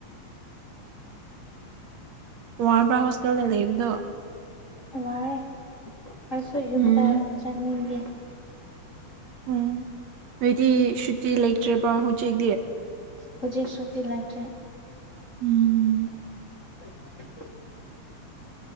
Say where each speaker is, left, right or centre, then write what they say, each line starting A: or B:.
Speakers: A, on the right; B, on the left.
A: ꯋꯥꯕ꯭ꯔꯥ ꯍꯣꯁꯇꯦꯜꯗ ꯂꯩꯕꯗꯣ
B: ꯋꯥꯔꯦ ꯑꯩꯁꯨ ꯌꯨꯝꯗ
A: ꯎꯝ
B: ꯆꯠꯅꯤꯡꯉꯦ
A: ꯎꯝ ꯅꯣꯏꯗꯤ ꯁꯨꯇꯤ ꯂꯩꯇ꯭ꯔꯦꯕ ꯍꯧꯖꯤꯛꯇꯤ
B: ꯍꯧꯖꯤꯛ ꯁꯨꯇꯤ ꯂꯩꯇ꯭ꯔꯦ
A: ꯎꯝ
B: <unintelligible>